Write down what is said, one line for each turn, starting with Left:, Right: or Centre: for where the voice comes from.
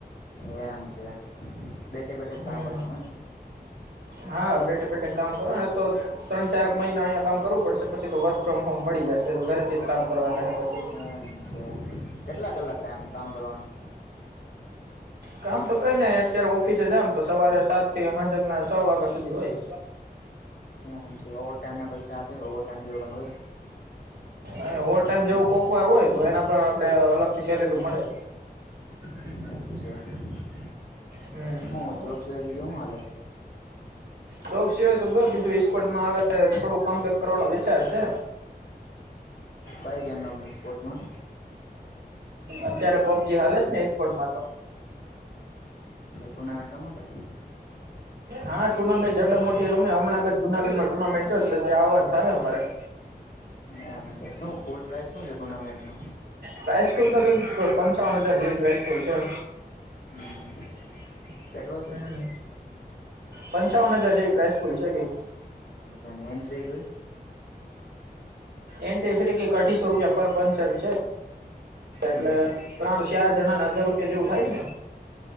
Left: એમ છે બેઠે બેઠે જ
Right: હમ
Left: કામ કરવાનું હોય ને
Right: હા બેઠે બેઠે કામ કરો ને તો ત્રણ ચાર મહિના અહીિયાયા કામ કરવું પડશે પછી તો વર્ક ફ્રોમ હોમ મળી જાય તો ઘરેથી જ કામ કરવાનું રહે પછી
Left: એમ છે કેટલા કલાક ટાઈમ કામ કરવાનું
Right: કામ તો કઈ નને અત્યારે ઓફિસે જામ તો સવારે સાત થી હંજક ના છ વાગ્યા દેવાય
Left: એમ છે ઓવર ટાઈમના પૈસા આપે કે ઓવર ટાઈમ જોવું હોાઈ
Right: અને ઓવર ટાઈમ જેવું કોકવાર હોય તો એના પણ આપડે અલગથી સેલેરી મળે
Left: <inaudible> પમ છે
Right: હમ
Left: હું જોબ સિવાય બીજું શું હાલે
Right: જોબ સિવાય તો બ બીજું ઇસ્કોર્ટમાં આવે થોડું કમ બેેક કરવાનો વિચાર છે.
Left: કઈ ગેમનામ સ્પોર્ટમાં
Right: અત્યારે પબજી હાલે છે ને એસ્પોર્ટમાં તો
Left: ટુર્નામેન્ટ રમ કે
Right: હા ટુર્નામેન્ટ જ મોટી રમ હમણાં જુનાગઢ માં ટુર્નામેન્ટ ત્યાં આવવાનું થશે અમારે
Left: એ આમ છે શું ફૂલ પ્રાાઈઝ શું છે ટુર્નામેન્ટ ન
Right: પ્રાઈસ્કૂલ તો પંચાવન હજાર જેવી પ્રાઈસ્કૂલ છે.
Left: હમ કેટલો છે
Right: હમ પંચાવન હજાર જે વ પ્ર્રાયસ પુલચ એક એક
Left: એ એન્ટ્રી ભ
Right: એન તો ફરી અઠીસો રૂપિયા પર પંચર છે. એટલે
Left: હમ
Right: ચાર જણા હજાર રૂપિયા જેવું થાય ને